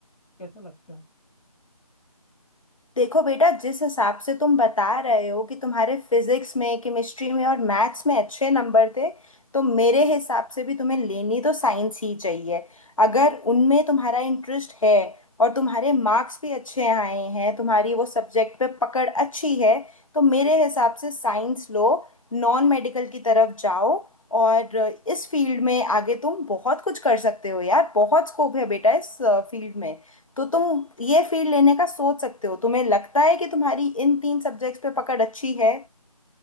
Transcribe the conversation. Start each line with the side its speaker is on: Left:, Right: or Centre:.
Centre: कैसा लगता है
Left: देखो बेटा जिस हिसाब से तुम बता रहे हो कि तुम्हारे फिजिक्स में केमिस्ट्री में और मैथ्स में अच्छे नंबर थे तो मेरे हिसाब से भी तुम्हें लेनी तो साइंस ही चाहिए अगर उनमें तुम्हारा इंटरेस्ट है और तुम्हारे मार्क्स भी अच्छे आए हैं तुम्हारी वो सब्जेक्ट पे पकड़ अच्छी है तो मेरे हिसाब से साइंस लो नॉन मेडिकल की तरफ जाओ और इस फील्ड में आगे तुम बहुत कुछ कर सकते हो यार बहुत स्कोप है बेटा इस फील्ड में तो तुम ये फील्ड लेने का सोच सकते हो तुम्हें लगता है कि तुम्हारी इन तीन सब्जेक्ट्स पे पकड़ अच्छी है